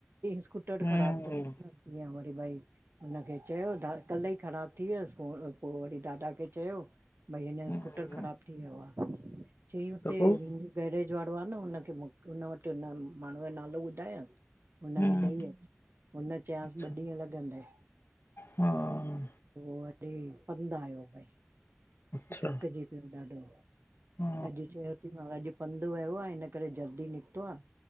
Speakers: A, on the right (about 60°); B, on the left (about 60°).
A: स्कूटर
B: हम्म
A: ख़राब थस न जीअं वरी भई हुनखे चयो दा कल ही ख़राबु थी वियस पो पो वरी दादा खे चयो। भई हिनजो
B: हम्म
A: स्कूटर ख़राब थी वियो आ चई हुतेे
B: त पोइ
A: वारो आ न हुनखे हुन वटि माण्हू जो नालो ॿुधाया हुनखे
B: हम्म
A: ॾेई अच हुन चयास
B: अच्छा
A: ॿ ॾींहं लॻंडे।
B: हा
A: पो वरीे पंधि आहियो भई।
B: अच्छा
A: थकजी पियो ॾाढो
B: हा
A: अॼ चयो थी मांव अॼ पंध वियो आ इन करे जल्दी निकतो आ